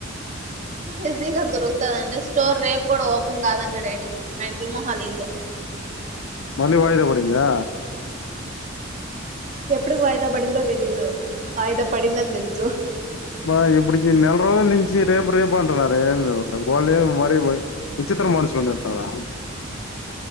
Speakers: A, on the right (about 35°); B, on the left (about 80°).
A: ఈజీగా దొరుకుతందండి స్టోర్ రేపు కూడా ఓపెన్ కాదంటడా మెంటల్ మొహల ఇల్లు
B: మళ్ళీ వాయిదా పడిందా
A: ఎప్పుడు వాయిదా పడిందో తెలియదు వాయిదా పడిందని తెలుసు
B: అబ్బా ఇప్పుడుకి నెల రోజుల నుంచి రేపు రేపు అంటున్నారు ఏమి వీళ్ళు మరీ పోయి విళ్ళు విచిత్రంగా మనుషులంతా చేస్తారా